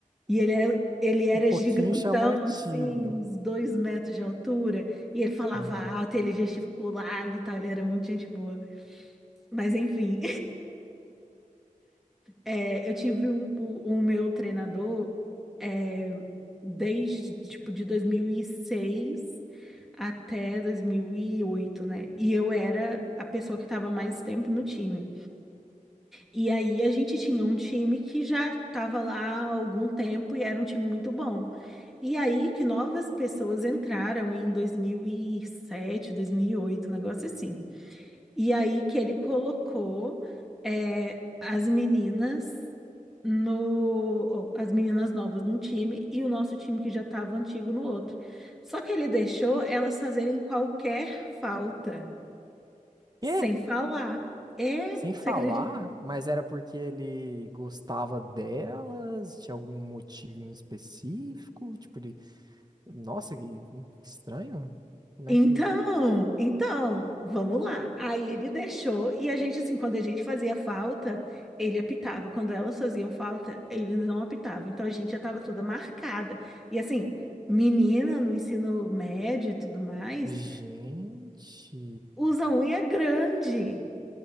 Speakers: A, in the centre; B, on the right.
A: E ele é- ele era
B: Um pouquinho
A: gigantão,
B: chamativo.
A: assim, uns dois metros de altura, e ele falava
B: Aham.
A: alto, ele gesticulava e tal, ele era muito gente boa. Mas enfim, É, eu tive um, o, o meu treinador é, desde, tipo, de 2006 até 2008, né? E eu era a pessoa que estava mais tempo no time. E aí a gente tinha um time que já estava lá há algum tempo e era um time muito bom. E aí que novas pessoas entraram em 2007, 2008, um negócio assim. E aí que ele colocou é, as meninas no ou, as meninas novas num time e o nosso time que já estava antigo no outro. Só que ele deixou elas fazerem qualquer falta, sem
B: Quê?
A: falar. É,
B: Sem
A: você
B: falar?
A: acredita?
B: Mas era porque ele gostava delas? Tinha algum motivo em específico? Tipo, ele... Nossa, que que estranho. Como
A: Então,
B: é que...
A: então, vamos lá. Aí ele deixou e a gente, assim, quando a gente fazia falta, ele apitava. Quando elas faziam falta, ele não apitava. Então a gente já tava toda marcada. E assim, menina no ensino médio e tudo mais,
B: Gente.
A: usa unha é grande,